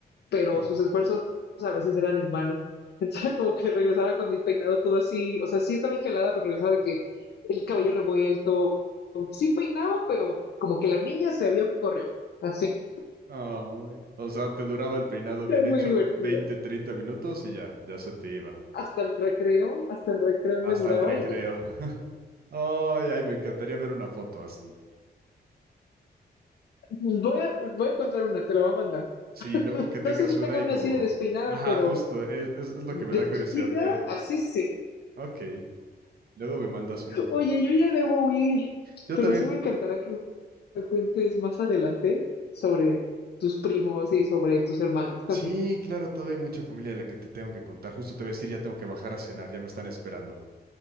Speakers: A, on the left; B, on the right.
A: pero
B: No.
A: sus esfuerzos a veces eran en vano. <laughs> Entonces era como que regresaba con mi peinado todo así, o sea, sí estaba engelada, pero regresaba de que el cabello revuelto, sí peinaba, pero como que la niña se vio que corrió. Así,
B: Ay, O sea, te duraba el peinado bien
A: era muy
B: hecho
A: divertida.
B: 20 30 minutos y ya, ya se te iba.
A: Hasta el recreo, hasta el recreo
B: Hasta
A: me duraba
B: el recreo.
A: y ya.
B: <laughs> Ay, ay, me encantaría ver una foto así.
A: Pues Voy a, voy a encontrar una, te la voy a mandar.
B: Sí, luego que tengas
A: No sé si
B: una
A: tenga
B: y
A: una
B: como...
A: así de despeinada,
B: Ajá,
A: pero
B: justo, es, es, es lo
A: de
B: que me da curiosidad
A: chiquita,
B: ver.
A: así sí.
B: Ok, luego me mandas una fotito.
A: Oye, yo ya debo huir,
B: Yo
A: pero
B: también,
A: sí me encantará que me cuentes más adelante sobre tus primos y sobre tus hermanas también.
B: Sí, claro, todavía hay mucha familia de la que te tengo que contar. Justo te voy a decir, ya tengo que bajar a cenar, ya me están esperando.